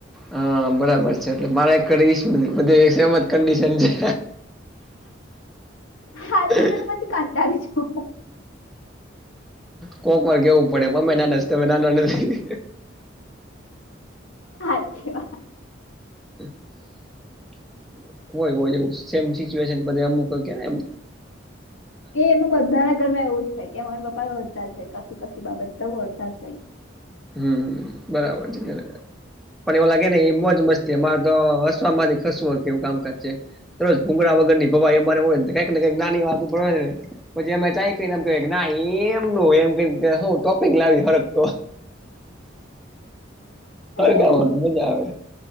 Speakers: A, in the centre; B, on the left.
A: હા બરાબર છે એટલે મારે એક કરી શું બધે સેમ જ કડીશન છે.
B: હા.
A: <inaudible>
B: <unintelligible>
A: કોક વાર કેવું પડે પણ અમે નાના સી તમે નાના નથી
B: અચ્છી વા
A: <inaudible> હોય હો એવ સેમ સિચ્યુએશન બધમક કેનેમ.
B: એ એમાં બધાના ઘર માં એવું હોય કે મમ્મી પપ્પા વળરતા જ છે કાસી કાસી બાબત વળતા જ
A: હમ્મ બરાબર છે જ. પણ એવું લાગે ને એ મોજ મસ્તી અમારે તો હસવા માંથી ખસવું કે એવું કામકાજ છે. રજ ભુંગડા વગર ની ભવાઈ અમારે હોય કંઈકને કંઈક નાની વાત પણય ને. પછી એમે ચાય કને એમ કેવાય કે ના એમ નો એમ ટોપિક લાવી ફરગ તો ફરગ
B: સેમ
A: મજા આવે.